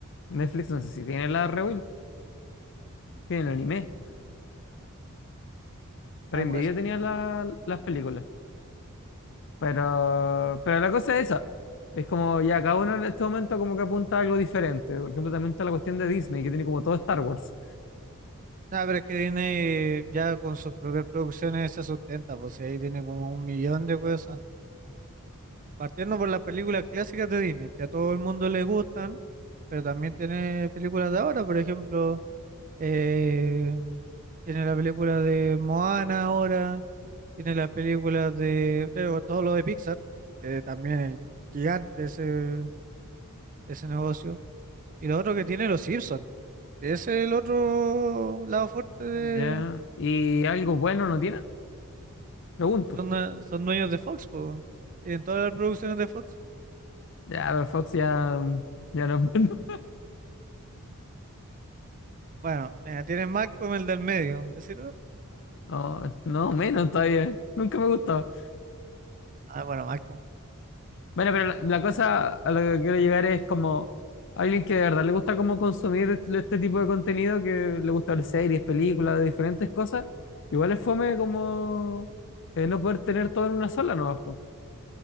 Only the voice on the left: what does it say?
Netflix no sé si tiene la Rewild, tiene el anime. Prime
Video tenía la- las películas. Pero, pero la cosa es esa. Es como ya cada uno en este momento como que apunta a algo diferente. Por ejemplo, también está la cuestión de Disney, que tiene como todo Star Wars.
Ya. ¿Y algo bueno no tiene? Pregunto.
Ya, pero Fox ya, ya no es bueno. <laughs>
No, no, menos todavía. Nunca me gustó
Bueno, pero la, la cosa a la que quiero llegar es como alguien que de verdad le gusta como consumir este este tipo de contenido, que le gusta ver series, películas, de diferentes cosas, igual es fome como eh, no poder tener todo en una sola nomás, po.